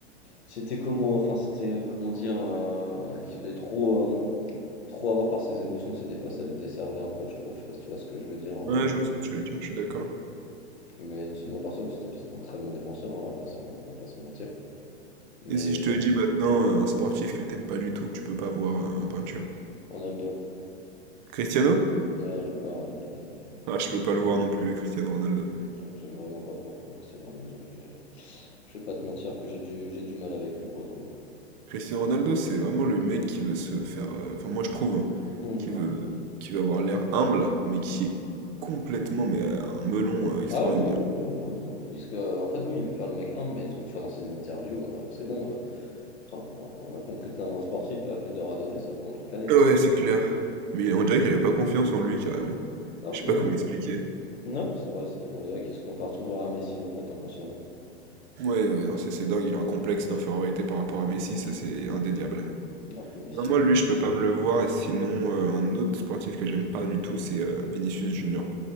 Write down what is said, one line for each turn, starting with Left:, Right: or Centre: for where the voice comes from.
Left: C'était comment. Enfin, c'était. euh, comment dire. euh, qu'il faisait trop. euh, trop avoir par ses émotions, c'est des fois ça le desservait un peu, je trouve. Je sais pas si tu vois ce que je veux dire un peu.
Right: Ouais, je vois ce que tu veux dire, je suis d'accord.
Left: Mais sinon, par ça, oui, c'était c'était un très bon défenseur, hein, on va pas se, men- on va pas se mentir. Mais
Right: Et si je
Left: je
Right: te
Left: sais
Right: dis
Left: pas.
Right: maintenant euh, un sportif que t'aimes pas du tout, que tu peux pas voir euh, en peinture?
Left: Ronaldo.
Right: Cristiano?
Left: Ouais, j'aime pas Ronaldo, je- j'aime
Right: Ah,
Left: j'aime
Right: je
Left: pas.
Right: peux pas le voir non plus, Cristiano Ronaldo.
Left: J'aime j'aime vraiment pas pour le coup. Sinon, Ronaldo, je vais, je vais pas te mentir que j'ai du, j'ai du mal avec lui pour le coup.
Right: Cristiano Ronaldo, c'est vraiment le mec qui veut se faire... euh, Enfin, moi, je trouve, hein,
Left: Hum, dis-moi.
Right: qui veut, qui veut avoir l'air humble, mais qui est complètement, mais euh, un melon euh, extraordinaire.
Left: Ah oui, oui, oui, oui, oui, non. Il se- euh, en fait, oui, il veut faire le mec humble, mais quand tu vois dans ses interviews, euh, c'est bon. euh, putain, on, on a compris que t'es un grand sportif, pas la peine de radoter ça pendant toute l'année,
Right: Ouais,
Left: quoi.
Right: c'est clair. Mais il- on dirait qu'il a pas confiance en lui carrément.
Left: Ah oui,
Right: Je sais pas comment
Left: oui.
Right: expliquer.
Left: Non, non, c'est vrai, c'est- on dirait qu'il se compare toujours à Messi, en fait, inconsciemment.
Right: Ouais, ouais, non, c'est c'est dingue, il a un complexe d'infériorité par rapport à Messi, ça c'est indéniable.
Left: Alors que Messi,
Right: Non, moi, lui, je peux pas me le voir, et sinon, euh, un autre sportif que j'aime pas du tout, c'est euh, Vinicius Junior.